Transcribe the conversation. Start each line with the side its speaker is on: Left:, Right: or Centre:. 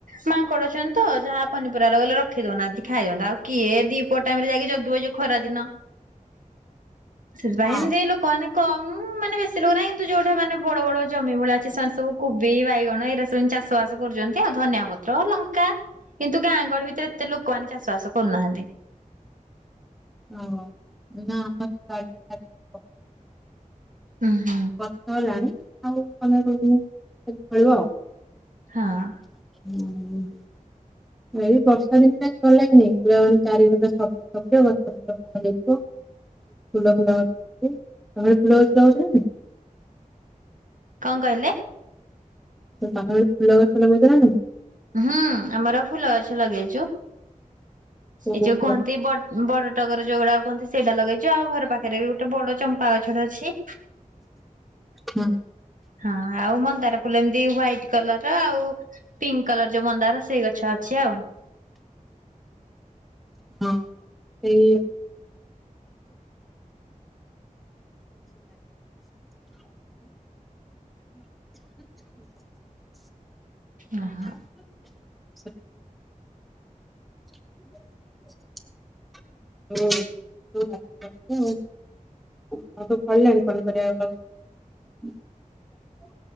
Right: ମା ମଙ୍କଡ ଅଛନ୍ତି ତ ଯାହା ପନିପରିଵା ଲଗେଇଲେ ରଖ ରଖେଇ ଦଉନାହାନ୍ତି ଖାଇବା ଟାଦଅନ୍ତି ଆଉ କିଏ ଦିପର ଟାଇମ ରେ ଯାଇକି ଜଗିବ ଯେ ଖରା ଦିନ । ସେଥିପାଇଁ
Centre: ହଁ
Right: ଏମିତି ଏଇ ଲୋକ ମାନେ । କମ ମାନେ ବେଶୀ ଲୋକ ନାହିଁ କିନ୍ତୁ ଯୋଉଠେ ମାନେ ବଡ ବଡ ଜମି ଭଳିଆ ଅଛି ସେମାନେ ସବୁ କୋବି, ବାଇଗଣ ଏଇରା ସବୁ ଏମତି ଚାଷ ବାସ କରୁଛନ୍ତି ଯେ ଆଉ ଧନିଆ ପତ୍ର ଲଙ୍କା କିନ୍ତୁ ଗାଁ ଗଳି ଭିତରେ । ଏତେ ଲୋକମାନେ ଚାଷ ବାସ କରୁନାହାନ୍ତି।
Centre: ଓ ନା ଆମର ବାରି ରେ ।
Right: ହୁଁ ହୁଁ ।
Centre: ଗଛ ହେଲାଣି ଆଉ ପନ୍ଦର କୋଡିଏ ଦିନ ପରେ ଫଳିବ ଆଉ।
Right: ହଁ ।
Centre: ହୁଁ । ଏଇ ବର୍ଷା ଋତୁରେ ଭଲ ଲାଗେନା ଚାରୀ ଏଡେ ସବୁଜ ସବୁଜ ଫୁଲ ଗଛ। ତମର ଫୁଲ ଗଛ ଅଛି ନା ନାଇ ।
Right: କଣ କହିଲେ?
Centre: ତୁମର ଫୁଲଗଛ ଲଗେଚ ନା ନାଇ ।
Right: ହୁଁ ଆମର ଫୁଲ ଗଛ ଲଗେଇଛୁ।
Centre: କୋଉ
Right: ଏ
Centre: କୋଉ
Right: ଯୋଉ
Centre: ଫୁଲ
Right: କୁହନ୍ତି ବ ବଡ ଟଗର ଯୋଉଗୁଡ଼ା କୁହନ୍ତି ସେଇଟା ଲଗେଇଛୁ ଆଉ ଘର ପାଖରେ ବି ଗୋଟେ ବଡ ଚମ୍ପା ଗଛଟେ ଅଛି।
Centre: ହଁ
Right: ହଁ ଆଉ ମନ୍ଦାର ଫୁଲ ଏମିତି ହୁଆଇଟ୍ । କଲର ଆଉ ପିଙ୍କ୍ । କଲର ଯୋଉ ମନ୍ଦାର । ସେଇ ଗଛ ଅଛି ଆଉ।
Centre: ହଁ ସେ
Right: ହଁ ହଁ
Centre: ସେ <inaudible> ହୁଁ